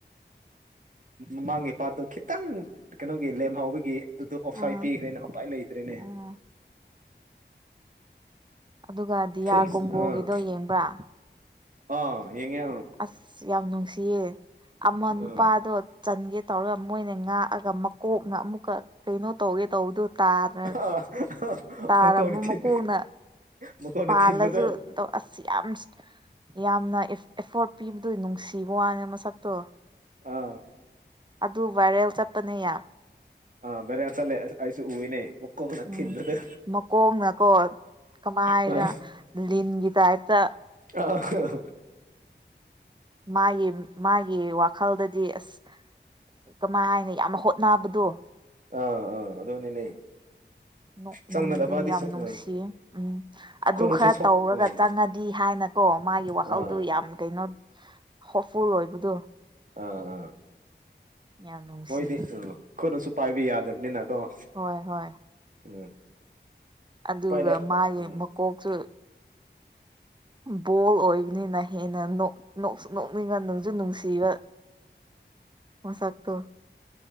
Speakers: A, on the right; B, on the right.
A: ꯃꯃꯥꯡꯒꯤ ꯄꯥꯔꯠꯇꯣ ꯈꯤꯇꯪ ꯀꯩꯅꯣꯒꯤ ꯂꯦꯝꯍꯥꯎꯕꯒꯤ ꯑꯗꯨꯗ ꯑꯣꯐ
B: ꯑꯥ
A: ꯁꯥꯢꯠ ꯄꯤꯈ꯭ꯔꯦꯅꯦ ꯎꯞꯄꯥꯏ ꯂꯩꯇ꯭ꯔꯦꯅꯦ
B: ꯑꯥ ꯑꯗꯨꯒ ꯗꯤꯌꯥ
A: ꯊꯨꯟꯁ
B: ꯀꯣꯡꯒꯣꯒꯤꯗꯣ
A: ꯑꯥ
B: ꯌꯦꯡꯕ꯭ꯔꯥ
A: ꯑꯥ ꯌꯦꯡꯉꯦ
B: ꯑꯁ ꯌꯥꯝ ꯅꯨꯡꯁꯤꯌꯦ ꯑꯃ
A: ꯑꯥ
B: ꯅꯨꯄꯥꯗꯣ ꯆꯟꯒꯦ ꯇꯧꯔꯒ ꯃꯣꯏꯅ ꯉꯥꯛꯑꯒ ꯃꯀꯣꯛꯅ ꯑꯃꯨꯛꯀ ꯀꯩꯅꯣ ꯇꯧꯒꯦ ꯇꯧꯕꯗꯨ ꯇꯥꯗꯅ
A: ꯑꯥ
B: ꯇꯥꯔꯝꯕ
A: ꯃꯀꯣꯛꯅ ꯊꯤꯟ
B: ꯃꯀꯣꯛꯅ
A: ꯃꯀꯣꯛꯅ
B: ꯄꯥꯜꯂꯁꯨ
A: ꯊꯤꯟꯕꯗꯣ
B: ꯑꯗꯣ ꯑꯁꯤ ꯌꯥꯝ ꯌꯥꯝꯅ ꯑꯦꯐꯣꯔꯠ ꯄꯤꯕꯗꯣ ꯅꯨꯡꯁꯤꯕ ꯋꯥꯅꯦ ꯃꯁꯛꯇꯣ
A: ꯑꯥ
B: ꯑꯗꯨ ꯚꯥꯏꯔꯦꯜ ꯆꯠꯄꯅꯦ ꯌꯥꯝ
A: ꯑꯥ ꯚꯥꯏꯔꯦꯜ ꯆꯠꯂꯦ ꯑꯩꯁꯨ ꯎꯏꯅꯦ ꯃꯀꯣꯛꯅ
B: ꯎꯝ
A: ꯊꯤꯟꯕꯗꯣ
B: ꯃꯀꯣꯛꯅꯀꯣ ꯀꯃꯥꯏ ꯍꯥꯏꯁꯤꯔ
A: ꯑꯥ
B: ꯂꯤꯟꯒꯤ ꯇꯥꯏꯞꯇ
A: ꯑꯥ ꯑꯥ
B: ꯃꯥꯒꯤ ꯃꯥꯒꯤ ꯋꯥꯈꯜꯗꯗꯤ ꯑꯁ ꯀꯃꯥꯏꯅ ꯍꯥꯏꯅꯤ ꯌꯥꯝ ꯍꯣꯠꯅꯕꯗꯣ
A: ꯑꯥ ꯑꯥ ꯑꯗꯨꯅꯤꯅꯦ
B: ꯎꯝ
A: ꯆꯪꯅꯗꯕꯗꯤ
B: ꯅꯨꯡꯗꯤ ꯌꯥꯝ
A: ꯁꯨ
B: ꯅꯨꯡꯁꯤꯌꯦ
A: ꯎꯝ
B: ꯎꯝ ꯑꯗꯨ
A: ꯈꯨꯠꯅꯁꯨ
B: ꯈꯔ
A: ꯁꯣꯛ
B: ꯇꯧꯔꯒ
A: ꯎꯝ
B: ꯆꯪꯉꯗꯤ ꯍꯥꯏꯅꯀꯣ ꯃꯥꯒꯤ ꯋꯥꯈꯜꯗꯨ
A: ꯑꯥ
B: ꯌꯥꯝ ꯀꯩꯅꯣ ꯍꯣꯞꯐꯨꯜ ꯑꯣꯏꯕꯗꯨ
A: ꯑꯥ ꯑꯥ
B: ꯌꯥꯝ ꯅꯨꯡꯁꯤꯌꯦ
A: ꯃꯣꯏꯗꯤ ꯈꯨꯠꯅꯁꯨ ꯄꯥꯏꯕ ꯌꯥꯗꯕꯅꯤꯅ ꯑꯣ
B: ꯍꯣꯏ ꯍꯣꯏ
A: ꯎꯝ
B: ꯑꯗꯨꯒ
A: ꯎꯄꯥꯏ ꯂꯩ
B: ꯃꯥꯒꯤ
A: ꯎꯝ
B: ꯃꯀꯣꯛꯁꯨ ꯕꯣꯜ ꯑꯣꯏꯕꯅꯤꯅ ꯍꯦꯟꯅ ꯅꯣꯛ ꯅꯣꯛꯁꯨ ꯅꯤꯡꯉ ꯅꯨꯡꯖꯨ ꯅꯨꯡꯁꯤꯕ ꯃꯁꯛꯇꯣ